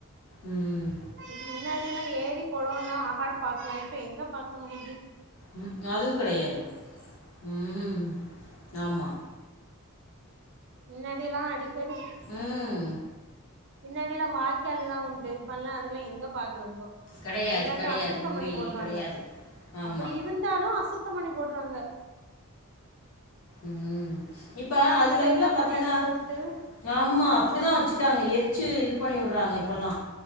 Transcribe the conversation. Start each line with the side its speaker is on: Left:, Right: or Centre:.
Left: ம்,
Right: இது முன்னாடி இப்பயெல்லா ஏரி கொளொல்லா ஆகாடு பாக்லா இப்ப எங்க பாக்க முடியிது
Left: ம் அதுவுங் கெடையாது ம் ம் ஆம்மா
Right: மின்னாடி எல்லா அடிக்கடி
Left: ம்
Right: மின்னாடி எல்லா வாய்க்கால்லாம் உண்டு இப்பல்லா அதெல்லா எங்க பாக்குறதுங்கோ
Left: கிடையாது
Right: எல்லாத்த
Left: கிடையாது
Right: அசுத்தம்
Left: உண்மையிலேயே
Right: பண்ணி போட்றாங்க
Left: கிடையாது ஆமாம்
Right: அப்புடி இருந்தாலு அசுத்தம் பண்ணி போட்ருவாங்க
Left: ம் இப்ப அதுல
Right: குப்பையெல்லா
Left: இருந்துல பாத்தீங்ன்னா
Right: கொண்டு அதுல போட்டு
Left: ஆமா அப்டிதா வச்சுட்டாங்க எரிச்சு இது பண்ணிவுறாங்க இப்பல்லா